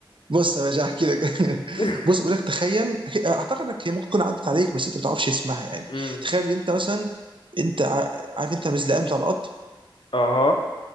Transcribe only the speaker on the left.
<laughs>
امم
اها